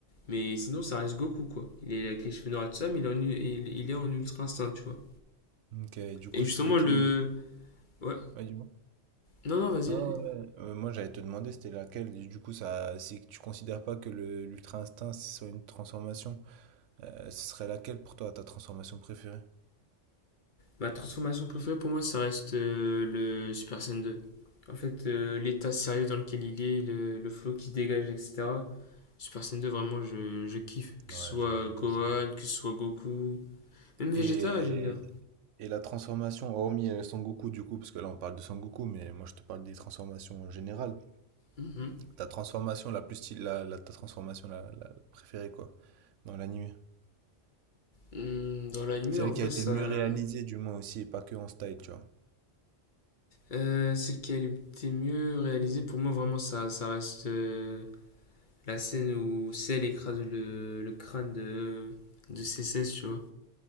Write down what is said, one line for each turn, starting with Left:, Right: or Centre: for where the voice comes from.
Left: Mais sinon, ça reste Goku, quoi. Il est avec les cheveux noirs et tout ça, mais il est en, il... il est en ultra instinct, tu vois.
Right: Ok, du coup,
Left: Et justement,
Right: ce serait qui?
Left: le. Ouais.
Right: Ouais, dis-moi.
Left: Non, non, vas-y,
Right: Non,
Left: vas-y.
Right: non, ouais. Euh, moi, j'allais te demander, c'était laquelle. Du coup, ça, si tu considères pas que le l'ultra instinct soit une transformation, euh, ce serait laquelle pour toi, ta transformation préférée?
Left: Ma transformation préférée pour moi, ça reste euh, le Super Saiyan 2. En fait, euh, l'état sérieux dans lequel il est, le, le flow qui dégage, etc. Super Saiyan 2, vraiment, je, je kiffe. Que
Right: Ouais,
Left: ce soit
Right: je valide
Left: Gohan,
Right: aussi.
Left: que ce soit Goku. Même Vegeta,
Right: Et,
Left: j'aime bien.
Right: et la transformation, hormis euh, Son Goku du coup, parce que là on parle de Son Goku, mais moi je te parle des transformations en général.
Left: Mhm.
Right: Ta transformation la plus stylée, la, la- ta transformation la, la- la préférée quoi, dans l'anime.
Left: Hum, Dans l'anime,
Right: Celle
Left: en vrai,
Right: qui a été
Left: ça.
Right: le mieux réalisée du moins aussi, et pas que en style, tu vois.
Left: Euh, celle qui a été mieux réalisée, pour moi, vraiment, ça, ça reste euh, la scène où Cell écrase le, le crâne de, de CCS, tu vois.